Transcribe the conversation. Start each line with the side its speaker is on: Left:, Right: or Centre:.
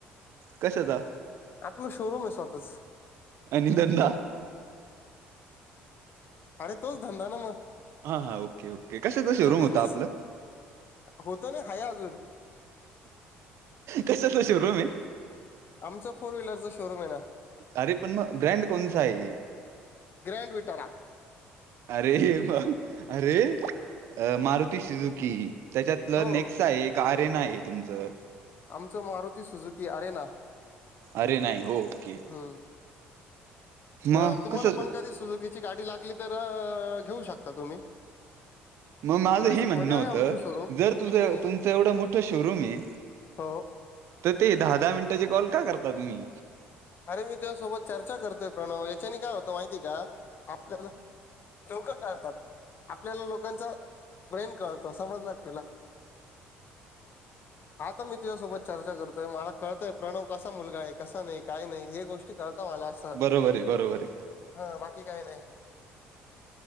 Right: कशाचा
Left: आपल शोरूम आय स्वतःच
Right: आणि धंदा
Left: अरे तोच धंदा ना म
Right: हा हा ओके ओके कशाच शोरूम
Left: बिझनेस
Right: होत आपलं
Left: होतो ना हाय अजून
Right: कस तश रूम आहे
Left: आमचं फोर व्हीलरचं शोरूम आहे ना
Right: अरे पण म ब्रँड कोणचा <unintelligible>
Left: ग्रँड विटारा
Right: अरे मग अरे अ मारुती शिजूकी त्याच्यातलं
Left: हो
Right: नेक्स्ट आहे एक आरेन आहे तुमचं
Left: मारुती सुझुकी अरे ना
Right: अरे नाही हो ओके
Left: हम्
Right: मग
Left: अ तुम्हाला
Right: कसं त-
Left: पण कधी सुजुकीची गाडी लागली तर घेऊ शकता तुम्ही.
Right: मग माझं
Left: नाशिकमध्ये
Right: हे म्हणणं
Left: आहे
Right: होतं
Left: आमचं शोरूम
Right: जर तुझं
Left: आणि
Right: तुमचं एवढं मोठं शोरूम आहे.
Left: हो.
Right: तर ते दहा दहा मिनिटाचे कॉल का करता तुम्ही?
Left: अरे मी त्या सोबत चर्चा करतोय प्रणव, याच्याने काय होतं माहिती का आपल्याला लोक करतात. आपल्याला लोकांच ब्रेन कळतो समजल का तुला? आता मी तुझ्यासोबत चर्चा करतोय मला कळतय प्रणव कसा मुलगा आहे कसा नाही. काय नाही हे गोष्टी कर. मला असं
Right: बरोबर आहे बरोबर आहे
Left: हा बाकी काही नाही.